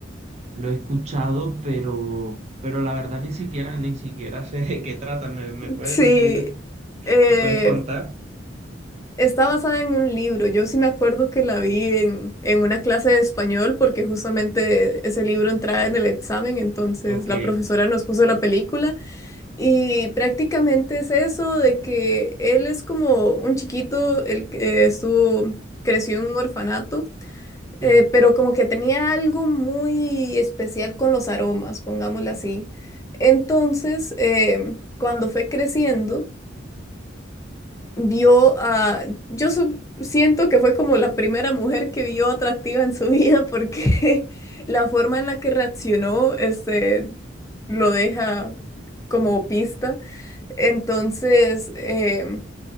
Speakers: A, on the right; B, on the left.
A: Lo he escuchado, pero, pero la verdad ni siquiera, ni siquiera <laughs> sé de qué trata. ¿Me, me puedes
B: Sí,
A: decir,
B: eh,
A: me puedes contar?
B: está basada en un libro. Yo sí me acuerdo que la vi en, en una clase de español porque justamente ese libro entraba en el examen, entonces
A: Ok,
B: la profesora nos puso la película. Y prácticamente es eso de que él es como un chiquito, el que estuvo, creció en un orfanato,
A: ok,
B: eh, pero como que tenía algo muy especial con los aromas, pongámosle así. Entonces, em, cuando fue creciendo, vio a, yo su- siento que fue como la primera mujer que vio atractiva en su vida porque <laughs> la forma en la que reaccionó, este, lo deja como pista. Entonces, em,